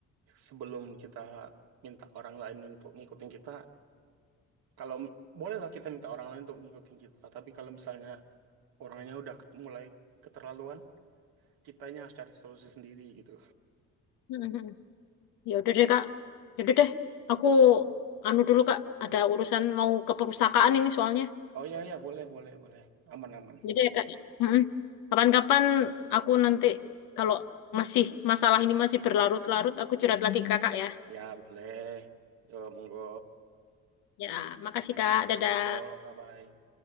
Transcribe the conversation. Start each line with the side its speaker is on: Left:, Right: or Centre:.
Right: sebelum kita minta orang lain untuk ngikutin kita, Kalau bolehlah kita minta orang lain untuk ngikutin kita, tapi kalau misalnya orangnya udah ket- mulai keterlaluan, kitanya harus cari solusi sendiri gitu.
Left: Mhm. ya udah deh kak ya udah deh aku anu dulu kak ada urusan mau ke perpustakaan ini soalnya
Right: Oh iya iya boleh boleh boleh. Aman aman.
Left: Jadi ya kak. ya? Mm-mm. Kapan-kapan aku nanti kalau masih masalah ini masih berlarut-larut, aku curhat lagi ke kakak ya.
Right: Ya boleh. Yo monggo.
Left: Ya, makasih kak. Dadah.
Right: Yo bye bye.